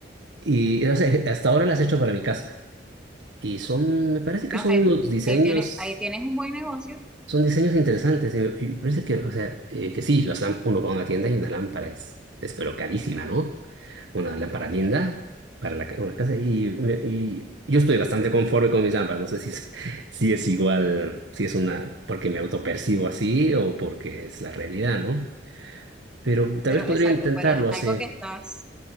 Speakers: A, on the right; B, in the centre.
A: Y, o sea, hasta ahora las he hecho para mi casa. Y son, me parece que
B: No,
A: son
B: ahí,
A: unos diseños,
B: ahí tienes, ahí tienes un buen negocio,
A: son diseños interesantes. Y me, y parece que, o sea, eh, que sí, las lámparas, uno va a una tienda y una lámpara es, es pero carísima, ¿no? Una lámpara linda para la, ca- una casa. Y, me- y yo estoy bastante conforme con mis lámparas. No sé si es, <laughs> si es igual, si es una, porque me autopercibo así o porque es la realidad, ¿no? Pero tal
B: pero
A: vez podría
B: exacto,
A: intentarlo
B: pero es
A: así.
B: algo que estás,